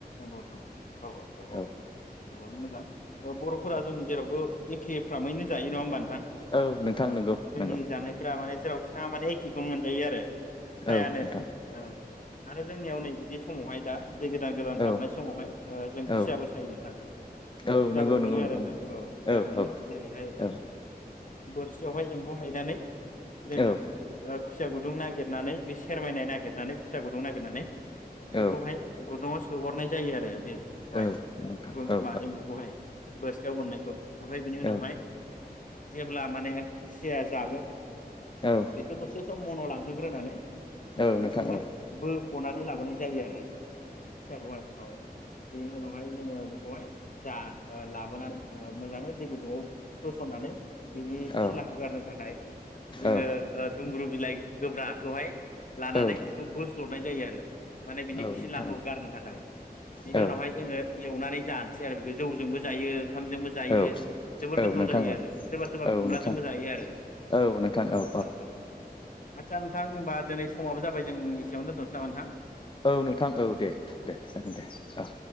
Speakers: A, on the left (about 55°); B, on the left (about 30°).
A: नोंथां
B: औ
A: मोजां बर'फोरा
B: औ
A: जों जेरावबो एखे फ्रामैनो जायो नङा होमबा नों थां
B: औ नोंथां
A: ओ
B: नंगौ
A: जोंनि
B: नंगौ
A: जानायफोरा माने जेरावि थाङा मान एखेखौनो मोनजायो आरो फ्रायानो
B: औ नोंथां
A: औ आरो जोंनियाव नै बिदि समावहाय दा दै गोदान गोदान हाबनाय
B: औ
A: समावहाय जों खुसियाबो
B: औ
A: सायो नोंथां
B: औ
A: खुसियाबो
B: नंगौ
A: मोनो
B: नंगौ नोंथां
A: आरो जों
B: नंगौ
A: औ खुसिययाो मोनो
B: औ
A: जेरैहाय
B: औ
A: बोरसियावहाय एम्बौ हायनानै जो
B: औ
A: खुसिया गुदुं नागिरनानै बे सेरमायनाय नागिरनानै फिसा गुदुं नागिरनानै बेखौहाय
B: औ
A: गु दुंङाव सोहरनाय जायो आरो बे कौसानी
B: औ नोंथां
A: य
B: औ
A: मा एम्बुखौहाय बोस्रायाव बोननायखौ ओमफ्राय बिनि
B: औ
A: उनावहाय जेब्ला माने खुसिया जागोन
B: औ औ
A: बेखौ दसे सम मनाव लङो होग्रोनानै
B: औ
A: बेखौहाय
B: नोंथां औ
A: बोख'नानै लाबोनाय जायो आरो फिसाखौहाय औ बेनि उनावहाय जोङो बेखौहाय जा ओ लाबोनानै मोजाङै दै गुदुंङआव होसननानै बिनि
B: औ
A: फिलाखौ गारनो थाखाय जोङो
B: औ
A: दुमब्रु बिलाइ गोब्राखौहाय लानानै
B: औ
A: बेखौ बो स्ल'नाय जायो आरो माने बिनि
B: औ
A: फलाखौ
B: नोंथां
A: गारनो थाखाय बिनि
B: औ
A: उनावहाय जोङो एवनानै जा सै आरो बेखौ जौजोंबो जायो ओंखाम जोंबो जायो
B: औ
A: जोबोर गोथाव
B: औ नोंथां
A: जायो आरो सोरबा
B: औ
A: सोरबा
B: औ
A: खुमब्रा
B: नोंथां
A: जोंबो जायोआरो
B: औ नोंथां औ
A: अ अ अ आदसा नोंथां होमबा दिनै समाबो जाबाय जों एसेयावनो दोनथनोसै नामा नोंथां?
B: औ नोंथां औ दे दे जागोन दे औ